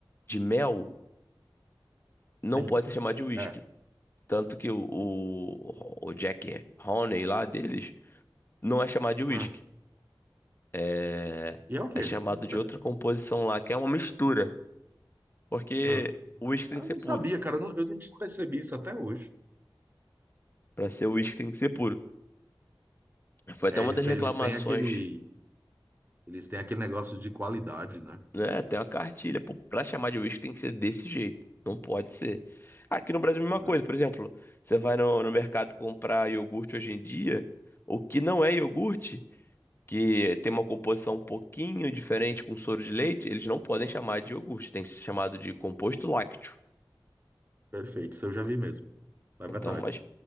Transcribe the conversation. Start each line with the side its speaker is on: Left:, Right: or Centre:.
Left: de mel, não
Right: sim.
Left: pode ser chamado de whisky.
Right: É.
Left: Tanto que o, o, o Jack Honey lá deles não é chamado de whisky.
Right: Ah.
Left: É,
Right: E é o quê?
Left: é chamado
Right: Nada.
Left: de outra composição lá, que é uma mistura. Porque
Right: Ah.
Left: o whisky tem
Right: Eu
Left: que ser
Right: não
Left: puro.
Right: sabia, cara. Eu não, eu não percebi isso até hoje.
Left: Pra ser whisky tem que ser puro. Foi
Right: É,
Left: até uma
Right: eles
Left: das
Right: têm,
Left: reclamações.
Right: eles têm aquele Eles têm aquele negócio de qualidade, né?
Left: né? Tem uma cartilha. Pô, pra chamar de uísque tem que ser desse jeito. Não pode ser. Aqui no Brasil é a mesma
Right: Ah,
Left: coisa. Por exemplo, você vai no, no mercado comprar iogurte hoje em dia, o que não é iogurte, que tem uma composição um pouquinho diferente com soro de leite, eles não podem chamar de iogurte. Tem que ser chamado de composto lácteo.
Right: perfeito, isso eu já vi mesmo, é
Left: Então,
Right: verdade.
Left: mas